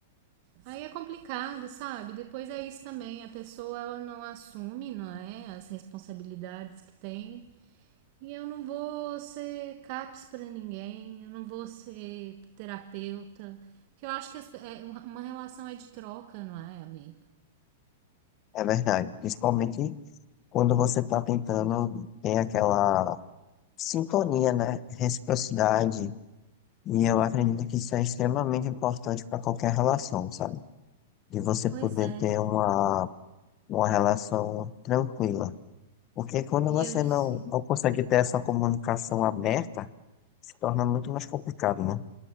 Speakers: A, on the right (about 45°); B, on the left (about 30°).
A: Aí é complicado, sabe? Depois é isso também, a pessoa ela não assume, não é, as responsabilidades que tem. E eu não vou ser CAPS para ninguém, eu não vou ser terapeuta, porque eu acho que as pe- é, uma relação é de troca, não é, amiga?
B: É verdade. Principalmente quando você está tentando, tem aquela Sintonia, né? Reciprocidade. E eu acredito que isso é extremamente importante para qualquer relação, sabe? De você
A: Pois
B: poder
A: é.
B: ter uma, uma relação tranquila. Porque quando
A: E
B: você
A: eu sim.
B: não, não consegue ter essa comunicação aberta, se torna muito mais complicado, né?